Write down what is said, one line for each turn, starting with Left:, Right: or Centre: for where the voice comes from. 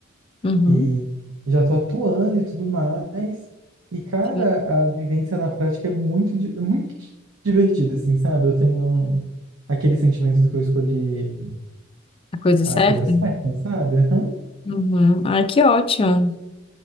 Left: uhum.
Right: E já tô atuando e tudo mais. E, cara,
Left: Sim.
Right: a vivência na prática é muito, di- é muito divertida, assim, sabe? Eu tenho aquele sentimento do que eu escolhi
Left: A coisa
Right: a
Left: é certa?
Right: coisa certa, sabe? Aham.
Left: Uhum. Ai, que ótimo.